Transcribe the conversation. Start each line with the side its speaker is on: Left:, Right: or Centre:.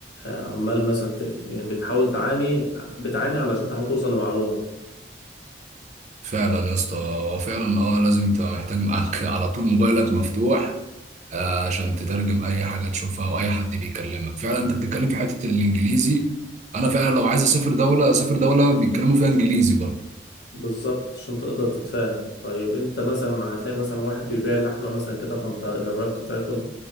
Left: آه، عمال مثلا ت- يعني بتحاول تعاني بتعاني علشان تحاول توصل لمعلومة
Right: فعلا يا اسطى هو فعلا اه لازم تبقى محتاج معاك <laughs> على طول موبايلك مفتوح آه، عشان تترجم اي حاجه تشوفها او اي حد بيكلمك فعلا انت بتتكلم في حته الانجليزي انا فعلا لو عايز اسافر دوله اسافر دوله بيتكلموا فيها انجليزي برضه
Left: بالظبط عشان تقدر تتفاهم طيب انت مثلا هتلاقي مثلا واحد بيبيع لحمة مثلا كده فانت جربت تاكل